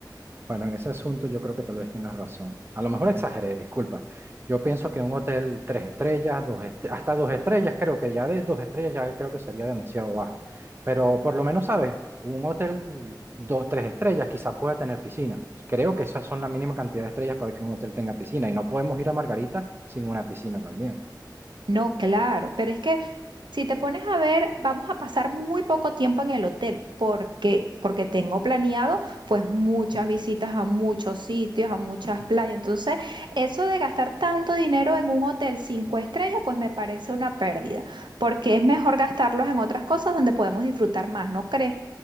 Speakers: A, on the right; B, on the right.
A: Bueno, en ese asunto yo creo que tal vez tengas razón. A lo mejor exageré, disculpa. Yo pienso que un hotel tres estrellas, dos est- hasta dos estrellas, creo que ya de dos estrellas ya creo que sería demasiado bajo. Pero por lo menos, ¿sabes? Un hotel dos, tres estrellas quizá pueda tener piscina. Creo que esas son la mínima cantidad de estrellas para que un hotel tenga piscina. Y no podemos ir a Margarita sin una piscina también.
B: No, claro, pero es que si te pones a ver, vamos a pasar muy poco tiempo en el hotel porque porque tengo planeado pues muchas visitas a muchos sitios, a muchas playas. Entonces, eso de gastar tanto dinero en un hotel cinco estrellas, pues me parece una pérdida, porque es mejor gastarlos en otras cosas donde podemos disfrutar más, ¿no crees?